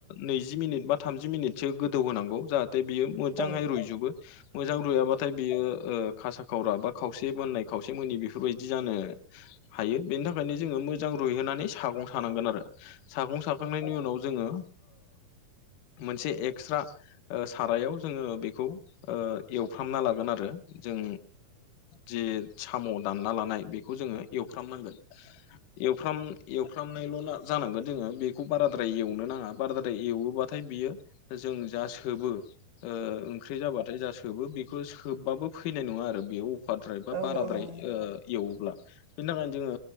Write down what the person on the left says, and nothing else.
नैजि मिनिट बा थामजि मिनिटसो गोदौ होनांगौ जाहाथे बियो मोजाङै
रुजोबो। मोजां रुयाबाथाय बियो खासा खावरा बा खावसे मोननाय खावसे मनि बेफोरबायदि जानो हायो बेनि थाखायनो जोङो मोजां रुइहोनानै सागं सानांगोन आरो। सागं सारखांनायनि उनाव जोङो मोनसे एक्सट्रा सारायाव जोङो बेखौ एवफ्रामना लागोन आरो जों जे साम' दानना लानाय बेखौ जोङो एवफ्रामनांगोन। एवफ्राम एवफ्रामनायल' जानांगोन जोङो बेखौ बाराद्राय एवनो नाङा बाराद्राय एवोबाथाय बियो जों जा सोबो ओंख्रि जाबाथाय जा सोबो बेखौ सोबबाबो फैनाय नङा आरो बेयाव हद्राय
बा
बाराद्राय एवोब्ला बिनि थाखायनो जोङो